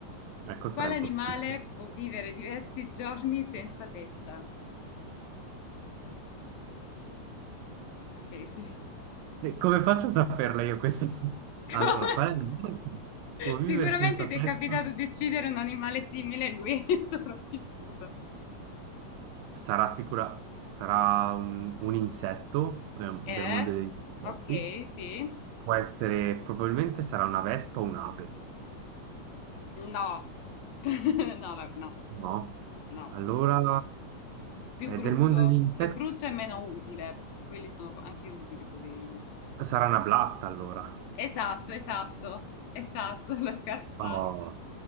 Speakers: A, on the right; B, on the left.
A: Ecco, sarà
B: Quale
A: impossibile.
B: animale può vivere diversi giorni senza testa? Ok, sì.
A: Eh, Come faccio a saperla io questa?
B: <laughs> Come?
A: Allora, qual è il può vivere
B: Sicuramente
A: senza
B: ti
A: testa?
B: è capitato di uccidere un animale simile e lui <laughs> è sopravvissuto.
A: Sarà sicura, sarà un, un insetto eh, del
B: Eh?
A: mondo degli insetti.
B: Ok, sì.
A: Può essere, probabilmente sarà una vespa o un'ape,
B: No, <laughs> no, no, no,
A: no?
B: no.
A: Allora,
B: Più
A: cioè,
B: brutto,
A: del mondo degli insetti
B: più brutto e meno utile, perché quelli sono po- anche utili, poverini.
A: sarà una blatta, allora.
B: Esatto, esatto, esatto, <laughs> lo scarfaggio.
A: Oh,